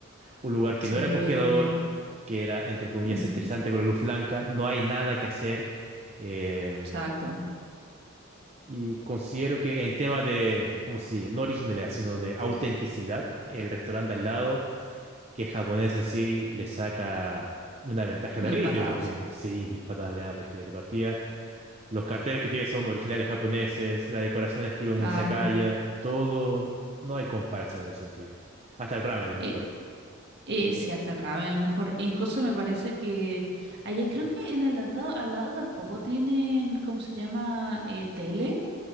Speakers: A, on the right; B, on the right.
A: un lugar
B: Sí,
A: que no era acogedor, que era, entre comillas,
B: ujú,
A: estresante con la luz blanca, no hay nada que hacer. em,
B: exacto.
A: y considero que en tema de, ¿cómo se dice No originalidad, sino de autenticidad, el restaurante al lado, que es japonés en sí, le saca una ventaja
B: Mil
A: terrible,
B: patadas.
A: porque sí, mil patadas le da, porque de partida los carteles que tiene son originales japoneses, la decoración estilo
B: Claro.
A: izakaya, todo, no hay comparación en ese sentido. Hasta el ramen es mejor.
B: Eh, Eh, sí, hasta el ramen es mejor. Incluso me parece que allá creo que en el lado, al lado tampoco tienen, ¿cómo se llama? Eh, tele,